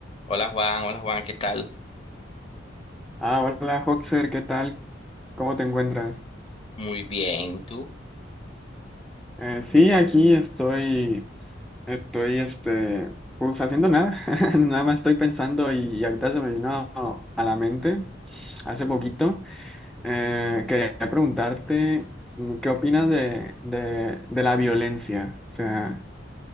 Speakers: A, on the left (about 30°); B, in the centre.
A: Hola Juan, hola Juan, ¿qué tal?
B: Ah, hola Hoxer, ¿qué tal? ¿Cómo te encuentras?
A: Muy bien, ¿y ¿tú?
B: Eh, sí, aquí estoy, estoy, este, pues haciendo nada, <laughs> nada más estoy pensando y, ahorita se me vino a la mente hace poquito. eh, quería preguntarte, mm, ¿qué opinas de, de, de la violencia? O sea,